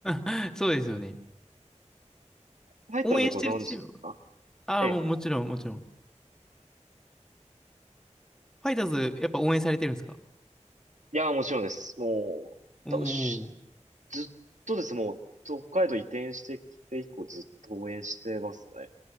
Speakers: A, in the centre; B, on the right.
A: <laughs> そうですよね。
B: ファイターズはご存知ですか
A: 応援してるチーム。ああ、
B: ええ。
A: もうもちろん、もちろん。ファイターズ、やっぱ応援されてるんですか
B: いや、もちろんです。もう、
A: おおー。
B: だしずっとですねもう、北海道移転してきて以降ずっと応援してますね。